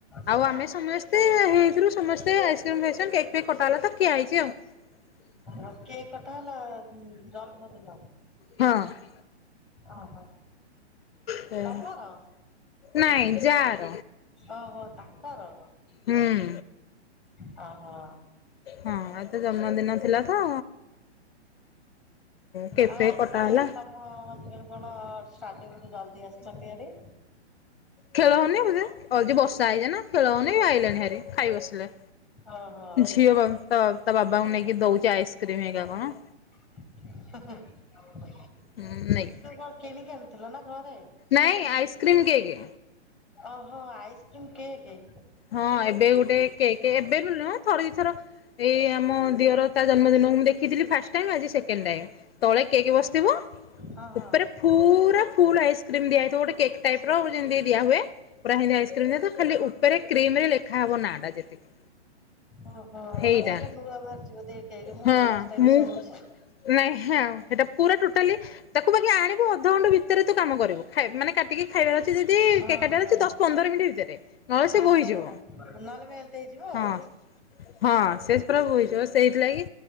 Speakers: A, on the left; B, in the centre.
A: ଆଉ
B: ହଁ
A: ଆମେ ସମସ୍ତେ ହେଇଥିରୁ ସମସ୍ତେ ଆଇସ୍କ୍ରିମ୍ ଫାଇସକ୍ରିମ୍ କେକ୍ ଫେକ୍ କଟା ହେଲା ତ ଖିଆ ହେ ଇଛି ଆଉ। <inaudible>
B: ଆଉ କେକ କଟା ହେଲା ଜନ୍ମଦିନ।
A: ହଁ ଅ
B: ଓ ହ।
A: ସେଇଆ
B: ତମର
A: ନାଇଁ ଯାଆର
B: ଓହୋ ତାଙ୍କର।
A: ହୁଁ ଉ
B: ହ ଓ ହୋ
A: ହଁ ଆଜି ତା ଜନ୍ମଦିନ ଥିଲା ତ। କେକ୍
B: ଆଉ
A: ଫେକ୍
B: ଆଜି
A: କଟା
B: କଣ
A: ହେଲା।
B: ତମ ହଜେବେଣ୍ଟ କଣ ଷ୍ଟାଡ଼ିୟମ ରୁ ଜଲ୍ଦି ଆସିଛନ୍ତି ଭାରି।
A: ଖେଳ ହଉନି ବଧେ? ଅଉ ଯଦି ବର୍ଷା ହେଇଯା ନା ଖେଳ ହଉନି ଆଇଲାଣିି ଭାରି, ଖାଇ ବସିଲେ,
B: ଓହୋ
A: ଝିଅ କ ତ ତା ବାବାଙ୍କୁ ନେଇକି ଦଉଛି ଆଇସ୍କ୍ରିମ ହେରିକା କଣ?
B: ହୁଁ ହୁଁ ଆଇସ୍କ୍ରିମ
A: ହୁଁ ନେଇ
B: କଣ କିଣିକି ଆଣିଥିଲ, ନା ଘରେ?
A: ନାଇଁ ଆଇସ୍କ୍ରିମ୍ କେକ।
B: ଓହୋ, ଆଇସ୍କ୍ରିମ୍ କେକ।
A: ହଁ ଏବେ ଗୋଟେ କେକ, ଏବେ ନୁ ନୁହଁ ଥରେ ଦି ଥର। ଏଇ ଆମ ଦିଅର ତା ଜନ୍ମଦିନ ମୁଁ ଦେଖିଥିଲି ଫାଷ୍ଟ ଟାଇ ଆଜି ସେ ସେକେଣ୍ଡ ଟାଇମ, ତଳେ କେକ ବସିଥିବ?
B: ହଁ ହଁ।
A: ଉପରେ ପୁରା ଫୁଲ ଆଇସ୍କ୍ରିମ ଦିଆ ହେଇଥିବ ଗୋଟେ କେକ୍ ଟାଇପର, ଯେମିତି ଦିଆ ହୁଏ। ପୁରା ହେମିତି ଆଇସ୍କ୍ରିମ ଦିଆହେଇଥିବ, ଖାଲି ଉପରେ କ୍ରିମ ରେ ଲେଖାହବ ନା ଟା ଯେତିକି।
B: ଓହୋ
A: ହେଇଟା
B: ମାନେ ଏଇଟା ନୂଆ ବାହାରିଚି ବୋଧେ ଏ କେକେ ମୁଁ
A: ହଁ
B: ତ ଫାଷ୍ଟ ଟାଇମ
A: ମୁଁ
B: ଶୁଣୁଛି।
A: ନାଇଁ ଆଉ ସେଟା ପୁରା ଟୋଟାଲି, ତାକୁ ବାକି ଆଣ ତାକୁ ଅଧଘଣ୍ଟା ଭିତରେ ତୁ କାମ କରିବୁ, ମାନେ କାଟିକି ଖାଇବାର ଅଛି ଯଦି କେକ
B: ଓହୋ
A: କାଟିବାର ଅଛି, ଦଶ ପନ୍ଦର ମିନଟ ଭିତରେ। ନହେଲେ ସେ
B: ଓହୋ,
A: ବୋହିଯିବ
B: ନହେଲେ ମେଲ୍ଟ ହେଇଯିବ
A: ହଁ
B: ଆଉ।
A: ହଁ ଶେଜ ପୁରା ବୋହି ଯିବ ସେଇଥିଲାଗି,